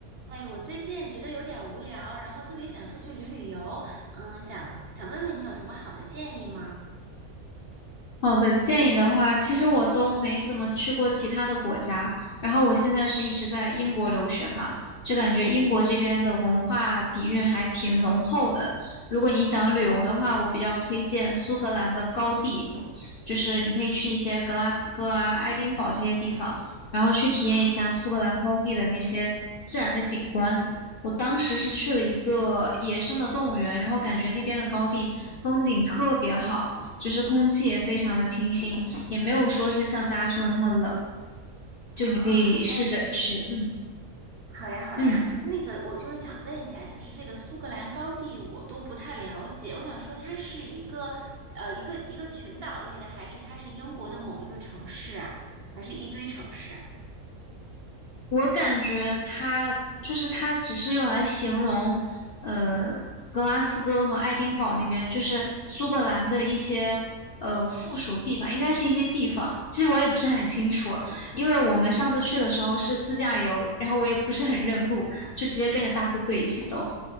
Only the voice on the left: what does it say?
好的，建议的话，其实我都没怎么去过其他的国家，然后我现在是一直在英国留学嘛，就感觉英国这边的文化底蕴还挺浓厚的。如果你想旅游的话，我比较推荐苏格兰的高地，就是你可以去一些格拉斯哥啊、爱丁堡这些地方，然后去体验一下苏格兰高地的那些自然的景观。
我当时是去了一个野生的动物园，然后感觉那边的高地风景特别好。就是空气也非常的清新，也没有说是像大家说的那么冷，就你可以试着去，
嗯
嗯，
我感觉它就是它只是用来形容，呃，格拉斯哥和爱丁堡那边，就是苏格兰的一些呃附属地吧，应该是一些地方，其实我也不是很清楚，因为我们上次去的时候是自驾游，然后我也不是很认路，就直接跟着大部队一起走，